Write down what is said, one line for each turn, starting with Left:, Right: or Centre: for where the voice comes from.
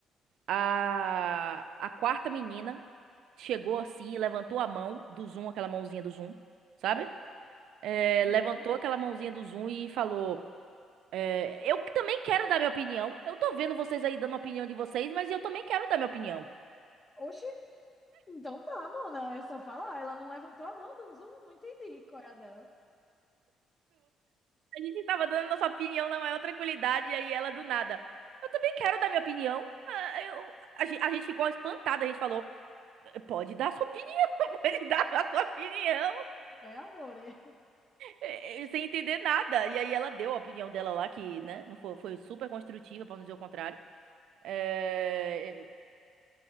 Right: A, a quarta menina chegou assim e levantou a mão do Zoom, aquela mãozinha do Zoom, sabe? É,
Left: uhum.
Right: levantou aquela mãozinha do Zoom e falou: é, Eu também quero dar minha opinião. Eu tô vendo vocês aí dando a opinião de vocês, mas eu também quero dar minha opinião.
Left: Oxi, então tá, Mona. É só falar. Ela não levantou a mão do Zoom, não entendi qual é a dela.
Right: A gente tava dando nossa opinião na maior tranquilidade, e aí ela do nada. Eu também quero dar minha opinião. Ah, eu- a, gen- a gente ficou espantada, a gente falou: Pode dar sua opinião, <laughs> pode dar a sua opinião.
Left: Não é amor. é? <laughs>
Right: é, é, sem entender nada. E aí ela deu a opinião dela lá, que, né, não foi, foi super construtiva, pra não dizer o contrário. É,